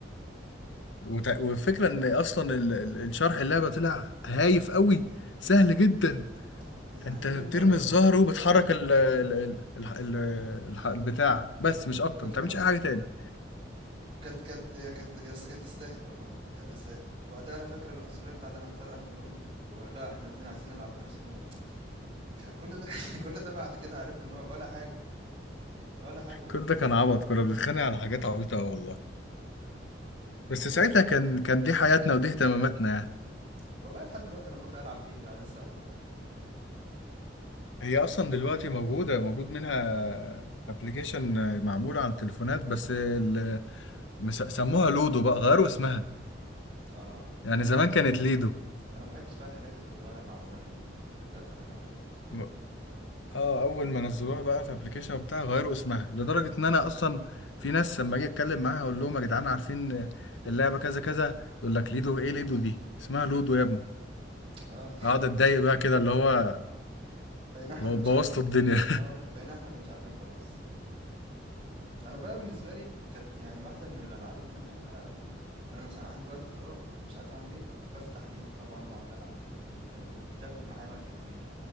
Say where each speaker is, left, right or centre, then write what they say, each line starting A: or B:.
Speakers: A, on the left; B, on the right.
A: وت- والفكره ان اصلا ال- ال- الشرح اللعبه طلع هايف قوي سهل جدا
B: اه يعني
A: انت
B: كل
A: بترمي
B: الم...
A: الزهر وبتحرك
B: ظهر
A: ال ال ال ال ال ال البتاع بس مش
B: القطعة
A: اكتر ما بتعملش اي حاجه تاني
B: كانت كانت كانت بس كانت تستاهل والله كانت تستاهل وقتها انا فاكر العنصريه بتاعت انا هختار انه لون ولا احنا الاتنين عايزين نلعب بنفس اللون كان كل ده <laughs> كل ده بعد كده عرفنا ان هو ولا حاجه ولا حاجه والله
A: كل ده كان عبط كنا بنتخانق على حاجات عبيطه أوي والله بس ساعتها
B: بس
A: كان كان دي حياتنا ودي اهتماماتنا يعني
B: والله لحد دلوقتي انا موافق العب ليدو يعني لسه بحبها
A: هي اصلا دلوقتي موجوده موجود منها ابلكيشن معمول على التليفونات بس ال- مس- سموها لودو بقى غيروا اسمها
B: اه
A: يعني
B: اه
A: زمان كانت ليدو
B: انا ما بحبش بقى الحاجات اللي تتغير مع الزمن دي دي اكتر حاجه ما بحبهاش
A: م- اه اول ما نزلوها بقى في ابلكيشن وبتاع غيروا اسمها لدرجه ان انا اصلا في ناس لما اجي اتكلم معاها اقول لهم يا جدعان عارفين اللعبه كذا كذا يقول لك ليدو ايه ليدو دي اسمها لودو يا ابني
B: اه
A: اقعد اتضايق بقى كده اللي هو
B: <laughs> بقينا احنا
A: بوظت
B: اللي مش عارفين
A: الدنيا
B: اه والله بقينا احنا اللي مش عارفين خلاص انا بقى بالنسبه لي كانت يعني واحده من الالعاب اللي انا بحبها قوي لو انا مثلا عندي وقت فراغ ومش عارف اعمل ايه كنت بفتح ليدو طبعا واقعد العب ليدو كانت بت- بتاخد معايا وقت كتير